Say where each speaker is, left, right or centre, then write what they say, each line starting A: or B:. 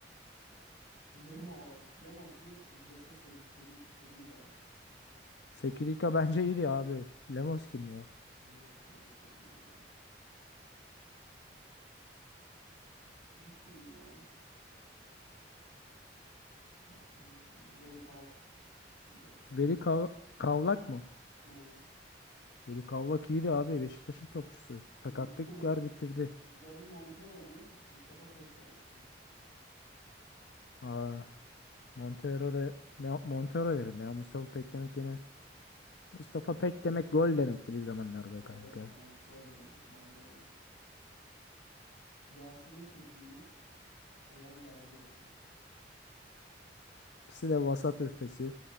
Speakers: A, on the left; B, on the left.
A: Lemos. Lemos mu? Jesse Se- Sedi- Sekidika mı?
B: Sekidika <laughs> bence iyiydi abi. Lemos kim ya?
A: Lemos Lemos kötüydü ya. Bu kimdi lan? Ha, tanıyamadım bunu. Veli Kavak. Leş var.
B: Veli Kav- Kavlak mı?
A: He.
B: Veli
A: Y-
B: Kavlak iyiydi abi. Beşiktaş'ın topçusu. Sakatlıklar
A: <laughs> Y-
B: bitirdi.
A: Yavi Montero mu? Mustafa Pek demek mi?
B: Aa, Montero da Me- Montero derim ya. Mustafa Pek demek yine. Mustafa Pek demek gol demekti bir zamanlar
A: Mustafa
B: be kanka.
A: Pek demek. Gol demek. Montero ise. Yasin Öztekin mi? Eren Derdi yok mu?
B: İkisi de vasat ötesi.